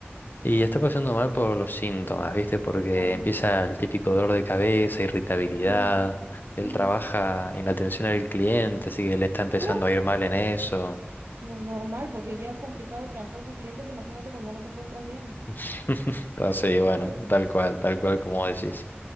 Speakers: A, on the left (about 50°); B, on the right (about 80°).
A: Y está pasando mal por los síntomas, ¿viste? Porque
B: claro.
A: empieza el típico dolor de cabeza, irritabilidad.
B: Mm,
A: Él
B: mm.
A: trabaja en atención al cliente, así que le está empezando
B: Uh,
A: a ir mal en eso.
B: no, normal, porque ya es complicado trabajar con clientes, imagínate cuando no te encuentras bien.
A: <laughs> Entonces, y bueno,
B: Oh,
A: tal cual, tal cual como
B: claro,
A: decís.